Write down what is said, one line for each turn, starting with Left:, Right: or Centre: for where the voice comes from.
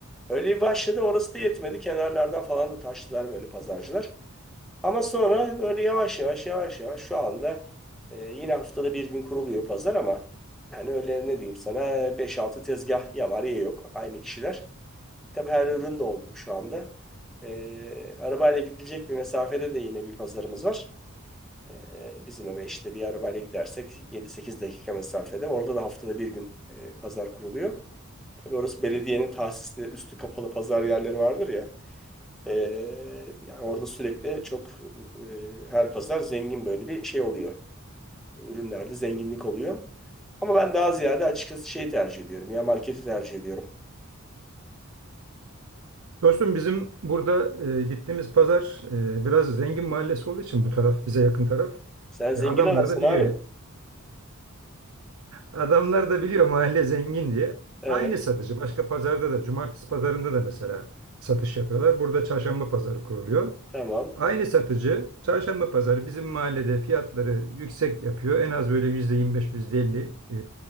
Centre: Öyle bir başladı. Orası da yetmedi. Kenarlardan falan da taştılar böyle pazarcılar. Ama sonra böyle yavaş yavaş yavaş yavaş şu anda e, yine haftada bir gün kuruluyor pazar ama yani öyle ne diyeyim sana beş altı tezgah ya var ya yok aynı kişiler. Tabii her ürün de olmuyor şu anda. E, arabayla gidilecek bir mesafede de yine bir pazarımız var. E, bizim eve işte bir arabayla gidersek yedi sekiz dakika mesafede. Orada da haftada bir gün e, pazar kuruluyor. Tabii orası belediyenin tahsisli üstü kapalı pazar yerleri vardır ya. Ee, yani orada sürekli çok e, her pazar zengin böyle bir şey oluyor. Ürünlerde zenginlik oluyor. Ama ben daha ziyade açıkçası şeyi tercih ediyorum. Ya marketi tercih ediyorum.
Right: Dostum bizim burada e, gittiğimiz pazar e, biraz zengin mahallesi olduğu için bu taraf bize yakın taraf.
Centre: Sen
Right: E,
Centre: zengin
Right: adamlar
Centre: adamsın
Right: da biliyor.
Centre: abi.
Right: Adamlar da biliyor mahalle zengin diye.
Centre: Evet,
Right: Aynı satıcı başka pazarda da cumartesi pazarında da mesela satış yapıyorlar. Burada çarşamba pazarı kuruluyor.
Centre: tamam.
Right: Aynı satıcı çarşamba pazarı bizim mahallede fiyatları yüksek yapıyor. En az böyle %25 %50 e,